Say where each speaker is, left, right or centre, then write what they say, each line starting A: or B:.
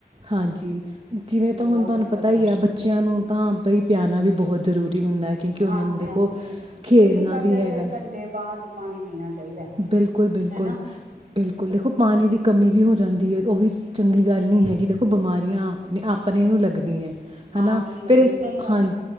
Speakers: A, on the right; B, on the right.
A: ਹਾਂਜੀ ਜਿਵੇਂ ਤਾਂ
B: ਬਹੁਤ
A: ਹੁਣ ਤੁਹਾਨੂੰ
B: ਦਿੱਕਤ
A: ਪਤਾ ਹੀ
B: ਹੈ
A: ਆ ਬੱਚਿਆਂ ਨੂੰ ਤਾਂ ਬਈ ਪਿਆਣਾ ਵੀ ਬਹੁਤ ਜ਼ਰੂਰੀ ਹੁੰਦਾ ਹੈ ਕਿਉਂਕਿ ਉਹਨਾਂ
B: ਹਾਂਜੀ
A: ਨੇ ਦੇਖੋ
B: ਹਾਂਜੀ
A: ਖੇਲਣਾ
B: ਇੱਕ ਇੱਕ
A: ਵੀ
B: ਡੇਢ
A: ਹੈਗਾ।
B: ਡੇਢ ਘੰਟੇ ਬਾਅਦ ਪਾਣੀ ਪੀਣਾ ਚਾਹੀਦਾ
A: ਬਿਲਕੁਲ-ਬਿਲਕੁਲ,
B: ਹਨਾ
A: ਬਿਲਕੁਲ ਦੇਖੋ ਪਾਣੀ ਦੀ ਕਮੀ ਵੀ ਹੋ ਜਾਂਦੀ ਹੈ ਉਹ ਵੀ ਚੰਗੀ ਗੱਲ ਨਹੀਂ ਹੈਗੀ ਉਹ ਬਿਮਾਰੀਆਂ ਆਪਣੇ ਨੂੰ ਲੱਗਦੀਆਂ। ਹਨਾ
B: ਆਪ ਹੀ ਨੀ ਲੱਗਦੇ
A: ਫਿਰ ਇਸ
B: ਸਹੀ ਗੱਲ
A: ਹਾਂਜੀ
B: ਹੈ